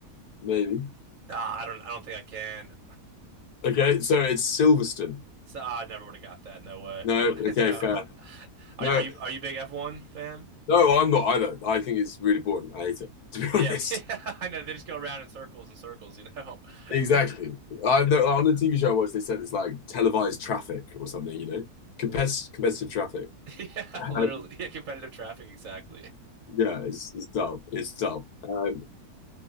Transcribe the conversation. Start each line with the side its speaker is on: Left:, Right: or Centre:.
Left: Maybe.
Right: Ah, I don't I don't think I can.
Left: Okay, so it's Silverstone.
Right: So ah, I never would have got that. No way.
Left: No,
Right: <laughs>
Left: okay,
Right: No.
Left: fair.
Right: Are,
Left: No,
Right: are you are you a big F1 fan?
Left: no, I'm not either. I think it's really boring. I hate it, to be <laughs>
Right: Yeah,
Left: honest.
Right: <laughs> I know they just go around in circles and circles, you know.
Left: Exactly.
Right: <laughs>
Left: I no, on the TV show I watched, they said it's like televised traffic or something, you know? Competitive, competitive traffic.
Right: <laughs> Yeah, literally.
Left: Um,
Right: Yeah, competitive traffic, exactly.
Left: yeah, it's it's dull. It's dull. Um,